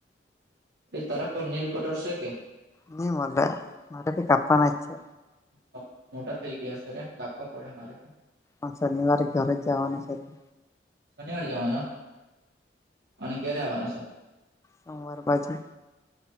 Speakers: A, on the right; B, on the left.
A: એ તારા પર નેલ કટર સે કે?
B: ન મોલે મરાબ કપા ન છે
A: હ મોટા થઈ ગયા છે અ કાપવા પડે મારે
B: પણ શનિવારે ઘરે જવાનું છે તો
A: શનિવારે જવાનો અને ક્યારે આવવાનો છે
B: સોમવાર બાજુ